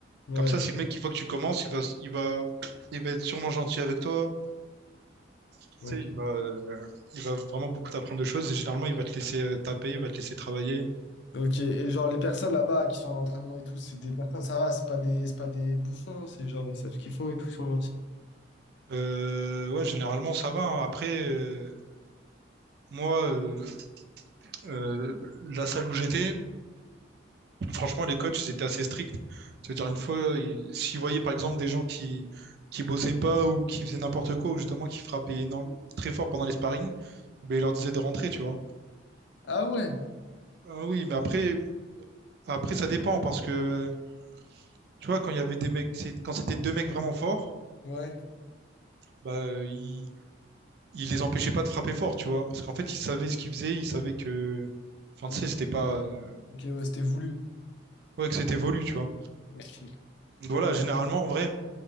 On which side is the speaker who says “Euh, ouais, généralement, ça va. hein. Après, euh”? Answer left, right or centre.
Right